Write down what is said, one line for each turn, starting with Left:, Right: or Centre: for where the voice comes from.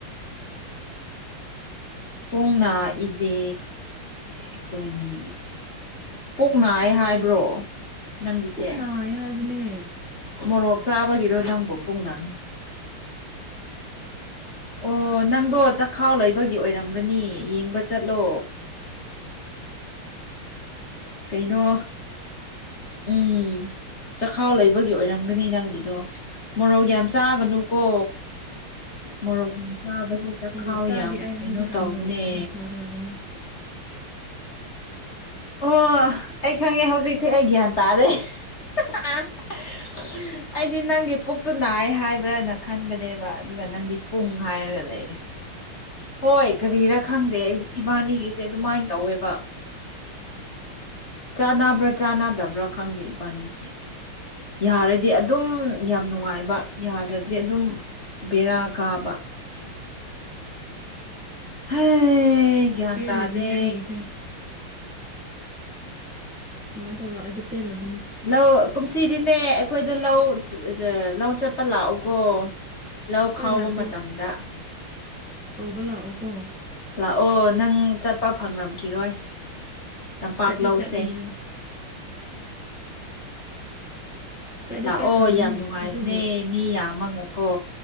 Left: ꯄꯨꯡꯅ ꯏꯇꯦ ꯑꯩꯈꯣꯏꯅꯤ ꯏꯆꯦ ꯄꯣꯛ ꯅꯥꯏ ꯍꯥꯏꯕ꯭ꯔꯣ ꯅꯪꯒꯤꯁꯦ
Centre: ꯄꯨꯛ ꯅꯥꯏꯌꯦ ꯍꯥꯏꯕꯅꯦ
Left: ꯃꯣꯔꯣꯛ ꯆꯥꯕꯒꯤꯔꯣ ꯅꯪꯕꯨ ꯄꯨꯡꯅ ꯑꯣ ꯅꯪꯗꯣ ꯆꯈꯥꯎ ꯂꯩꯕꯒꯤ ꯑꯣꯏꯔꯝꯒꯅꯤ ꯌꯦꯡꯕ ꯆꯠꯂꯣ ꯀꯩꯅꯣ ꯎꯝ ꯆꯈꯥꯎ ꯂꯩꯕꯒꯤ ꯑꯣꯏꯔꯝꯒꯅꯤ ꯅꯪꯒꯤꯗꯣ ꯃꯣꯔꯣꯛ ꯌꯥꯝ ꯆꯥꯒꯅꯨꯀꯣ ꯃꯣꯔꯣꯛ ꯌꯥꯝ ꯆꯥꯕꯁꯦ ꯆꯈꯥꯎ
Centre: ꯃꯣꯔꯣꯛ ꯆꯥꯗꯦ
Left: ꯌꯥꯝ
Centre: ꯑꯩ
Left: ꯀꯩꯅꯣ
Centre: ꯍꯧꯖꯤꯛꯀꯥꯟ
Left: ꯇꯧꯕꯅꯦ
Centre: ꯃꯣꯔꯣꯛ ꯌꯥꯝ <unintelligible>
Left: ꯑꯣ ꯑꯩ ꯈꯪꯉꯦ ꯍꯧꯖꯤꯛꯇꯤ ꯑꯩ ꯒ꯭ꯌꯥꯟ ꯇꯥꯔꯦ <unintelligible> ꯑꯩꯗꯤ ꯅꯪꯒꯤ ꯄꯨꯛꯇꯨ ꯅꯥꯏ ꯍꯥꯏꯕ꯭ꯔꯅ ꯈꯟꯕꯅꯦꯕ ꯑꯗꯨꯒ ꯅꯪꯗꯤ ꯄꯨꯡ ꯍꯥꯏꯔꯒ ꯂꯩ ꯍꯣꯏ ꯀꯔꯤꯔꯥ ꯈꯪꯗꯦ ꯏꯕꯥꯅꯤꯒꯤꯁꯦ ꯑꯗꯨꯃꯥꯏꯅ ꯇꯧꯋꯦꯕ ꯆꯥꯟꯅꯕ꯭ꯔꯥ ꯆꯥꯅꯗꯕ꯭ꯔꯥ ꯈꯪꯗꯦ ꯏꯕꯥꯅꯤꯁꯦ ꯌꯥꯔꯗꯤ ꯑꯗꯨꯝ ꯌꯥꯝ ꯅꯨꯡꯉꯥꯏꯕ ꯌꯥꯗ꯭ꯔꯗꯤ ꯑꯗꯨꯝ ꯕꯦꯔꯥ ꯀꯥꯕ ꯍꯩ ꯒ꯭ꯌꯥꯟ
Centre: ꯄꯦꯜꯂꯤꯕꯅꯦ
Left: ꯇꯥꯗꯦ
Centre: ꯑꯩꯒꯤꯁꯦ ꯁꯨꯃꯥꯏꯅ ꯇꯧꯔ ꯑꯗꯨ ꯄꯦꯜꯂꯕꯅꯤ
Left: ꯂꯧ ꯀꯨꯝꯁꯤꯗꯤꯅꯦ ꯑꯩꯈꯣꯏꯗ ꯂꯧ ꯂꯧ ꯆꯠꯄ ꯂꯥꯛꯑꯣꯀꯣ ꯂꯧ
Centre: ꯍꯣꯏ
Left: ꯈꯥꯎꯕ
Centre: ꯂꯥꯛꯀꯦ
Left: ꯃꯇꯝꯗ
Centre: ꯀꯧꯕ ꯂꯥꯛꯑꯣꯀꯣ
Left: ꯂꯥꯛꯑꯣ ꯅꯪ ꯆꯠꯄ ꯐꯪꯔꯝꯈꯤꯔꯣꯏ ꯇꯝꯄꯥꯛ
Centre: ꯆꯠꯇꯤ
Left: ꯂꯧꯁꯦ
Centre: ꯆꯠꯂꯤꯍꯦ ꯆꯠꯗꯤ
Left: ꯂꯥꯛꯑꯣ
Centre: ꯆꯠꯈ꯭ꯔꯕꯅꯦ
Left: ꯌꯥꯝ ꯅꯨꯡꯉꯥꯏꯕꯅꯦ
Centre: ꯑꯗꯨꯕꯨ
Left: ꯃꯤ ꯌꯥꯝꯃꯒꯀꯣ